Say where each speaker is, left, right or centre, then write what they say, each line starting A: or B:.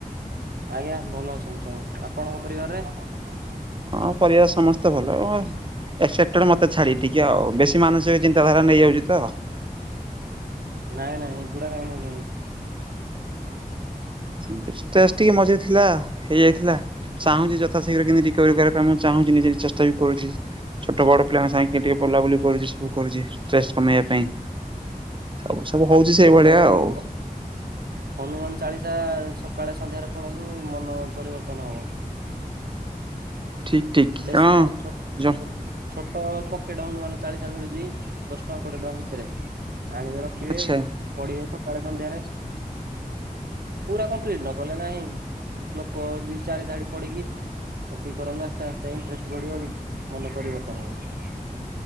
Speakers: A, on the right (about 85°); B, on the right (about 35°).
A: ଆଜ୍ଞା ଭଲ ଅଛନ୍ତି ସମସ୍ତେ। ଆପଣଙ୍କ ପରିବାରରେ? <unintelligible>
B: ହଁ ପରିବାର ସମସ୍ତେ ଭଲ ଆଁ ଏକ୍ସେଶେପଟେଡ ମତେ ଛାଡ଼ି ଟିକେ ଆଉ। ବେଶୀ ମାନସିକ ଚିନ୍ତାଧାରା ନେଇଯାଉଛି ତ।
A: ନାଇଁ ନାଇଁ ଏଗୁଡା କାହିଁ ନେଉଛନ୍ତି?
B: <unintelligible> ମଝିରେ ଥିଲା ହେଇଯାଇଥିଲା। ଚାହୁଁଛି ଯଥାଶୀଘ୍ର କେମିତି ରିକୋଭରୀ କରିବା ପାଇଁ ମୁଁ ଚାହୁଁଛି ନିଜେ ଚେଷ୍ଟା ବି କରୁଛି। ଛୋଟ ବଡ ପିଲାଙ୍କ ସାଙ୍ଗେ ଟିକେ ବୁଲାବୁଲି କରୁଛି ସବୁ କରୁଛି ଷ୍ଟ୍ରେସ କମେଇବା ପାଇଁ। ସବୁ ସବୁ ହଉଛି ସେଇଭଳିଆ
A: ପଢନ୍ତୁ
B: ଆଉ।
A: ହନୁମାନ ଚାଳିଶା ସକାଳେ ସନ୍ଧ୍ୟାରେ ପଢନ୍ତୁ ମନ ପରିବର୍ତ୍ତନ ହବ।
B: ଠିକ ଠିକ
A: ବେଶୀ
B: କଁ
A: ନାହିଁ ଛୋ
B: ଯ
A: ଛୋଟ ପକେଟ ହନୁମାନ ଚାଳିଶା ମିଳୁଛି ଦଶ ଟଙ୍କା କୋଡିଏ ଟଙ୍କା ଭିତରେ ଆଣିକି ରଖ ଖିବେ
B: ଆଚ୍ଛା
A: ପଢିବେ ସକାଳେ ସନ୍ଧ୍ୟାରେ। ପୁରା କମ୍ପ୍ଲିଟ ନ କଲେ ନାହିଁ, ଶ୍ଲୋକ ଦି ଚାରି ଧାଡି ପଢ଼ିକି ଏତିକି କରନା ଫାଷ୍ଟ ଇଣ୍ଟରେଷ୍ଟ ବଢିବ ବି, ମନ ପରିବର୍ତ୍ତନ ହବ।